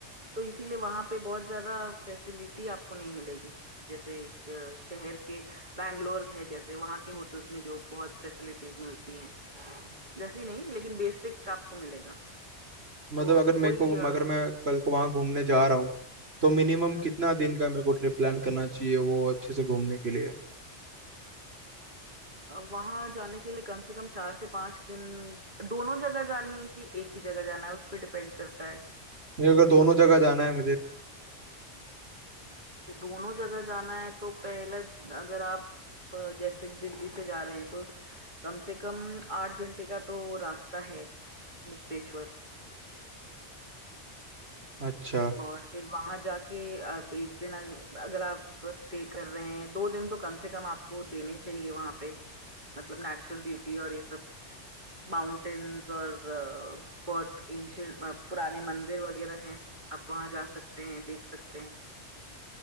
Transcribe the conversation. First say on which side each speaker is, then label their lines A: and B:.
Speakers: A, on the right; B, on the right.
A: तो इसीलिए वहां पे बहुत ज्यादा फैसिलिटी आपको नहीं मिलेगी जैसे अ, शहर के बैंगलोर है जैसे वहां के होटल्स में जो बहुत फैसिलिटीज मिलती हैं वैसे ही नहीं लेकिन बेसिक आपको मिलेगा
B: मतलब
A: तो
B: अगर
A: वही
B: मेरे को
A: अ,
B: अगर मैं कल को वहाँ घूमने जा रहा हूँ तो मिनिमम
A: हम्म,
B: कितना दिन का मेरे को ट्रिप प्लान करना चाहिए वो अच्छे से घूमने के लिए
A: वहां जाने के लिए कम से कम चार से पांच दिन दोनों जगह जानी है कि एक ही जगह जाना है उस पर डिपेंड करता है
B: ये अगर दोनों जगह जाना है मुझे
A: जो दोनों जगह जाना है तो पहले अगर आप अ, जैसे दिल्ली से जा रहे हैं तो कम से कम आठ घंटे का तो रास्ता है मुक्तेश्वर
B: अच्छा
A: और फिर वहां जाके आप एक दिन अग- अगर आप स्टे कर रहे हैं दो दिन तो कम से कम आपको देने चाहिए वहां पे मतलब नेचुरल ब्यूटी और ये सब माउंटेन्स और अ, बहुत एंशियंट पुराने मंदिर वगैरह हैं आप वहां जा सकते हैं देख सकते हैं